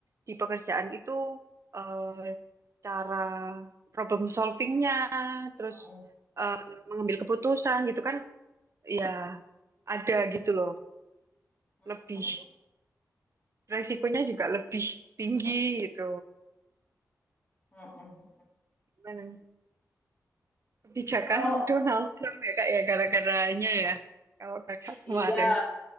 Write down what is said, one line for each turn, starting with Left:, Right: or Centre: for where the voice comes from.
Right: di pekerjaan itu eh, cara problem solvingnya, terus
Left: heeh,
Right: eh, mengambil keputusan gitu kan, ya ada gitu loh.
Left: heeh,
Right: Lebih resikonya juga lebih tinggi gitu.
Left: heeh, heeh.
Right: Gimana? Kebijakan
Left: Kalau
Right: <laughs> Donald Trump ya kak ya gara-garanya ya. Kalau kakak
Left: Iya,
Right: kemarin,